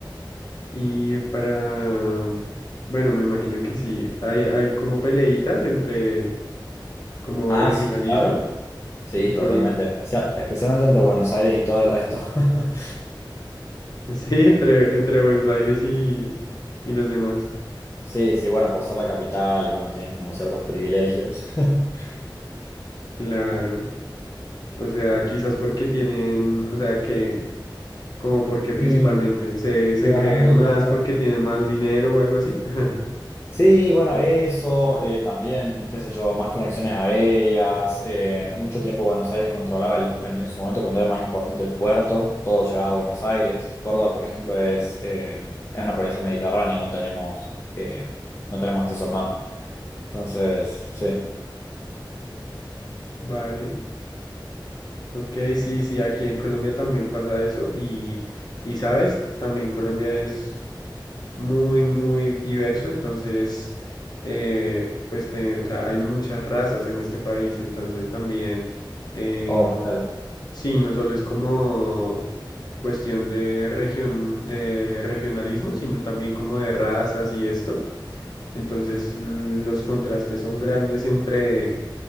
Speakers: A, on the left (about 55°); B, on the left (about 30°).
A: Y para, mm, bueno, me imagino que sí. Hay, hay como peleitas entre como
B: Ah,
A: regionalismo
B: sí, claro. Sí,
A: y provi.
B: totalmente.
A: <laughs>
B: Especia- especialmente entre Buenos Aires y todo el resto. <laughs>
A: Sí, entre, entre Buenos Aires y, y los demás.
B: Sí, sí, bueno, por ser la capital y bueno, tienen como ciertos privilegios. <laughs>
A: Claro. O sea, quizás porque tienen, o sea, que Como porque principalmente
B: Y
A: se, se
B: durante
A: creen
B: mucho
A: más
B: tiempo...
A: porque tienen más dinero o algo así. <laughs>
B: Sí, bueno, eso, eh, también, qué sé yo, más conexiones aéreas, eh, mucho tiempo Buenos Aires controlaba, el- en, en su momento cuando era más importante el puerto, todo llegaba a Buenos Aires. Córdoba, por ejemplo, es, eh, es una provincia mediterránea, no tenemos, eh, no tenemos acceso al mar. Entonces, sí.
A: Vale. Ok, sí, sí, aquí en Colombia también pasa eso y, y sabes, también Colombia es muy, muy diverso, entonces, eh, pues, te- o sea, hay muchas razas en este país, entonces también, em,
B: Oh, claro.
A: sí, no solo es como cuestión de región, de regionalismo, sino también como de razas y esto. Entonces los contrastes son grandes entre,